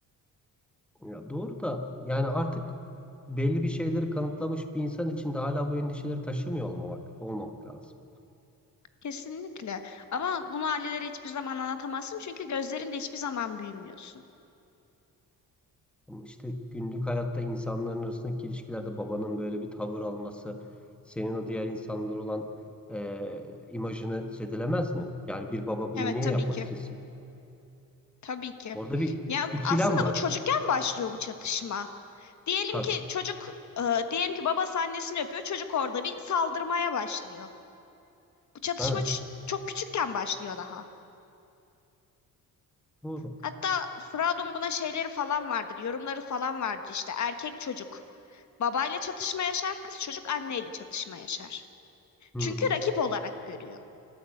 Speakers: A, in the centre; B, on the left (about 50°).
A: Ya doğru da yani artık belli bir şeyleri kanıtlamış bir insan için de hala bu endişeleri taşımıyor olmamak, olmak lazım.
B: Kesinlikle. Ama bunu ailelere hiçbir zaman anlatamazsın çünkü gözlerinde hiçbir zaman büyümüyorsun.
A: Ama İşte günlük hayatta insanların arasındaki ilişkilerde babanın böyle bir tavır alması senin o diğer insanlar olan eee, imajını zedelemez mi? Yani bir baba
B: Evet
A: bunu niye
B: tabii
A: yapmak
B: ki.
A: istesin?
B: Tabii ki.
A: Orada bir
B: Yani
A: ikilem
B: aslında
A: var.
B: bu çocukken başlıyor bu çatışma. Diyelim
A: Tabii.
B: ki çocuk, e, diyelim ki babası annesini öpüyor, çocuk orada bir saldırmaya başlıyor. Bu çatışma
A: Evet.
B: ç- çok küçükken başlıyor daha.
A: Doğru.
B: Hatta Freud'un buna şeyleri falan vardır, yorumları falan vardır işte. Erkek çocuk babayla çatışma yaşar, kız çocuk anneyle çatışma yaşar.
A: Hı
B: Çünkü
A: hı.
B: rakip olarak görüyor.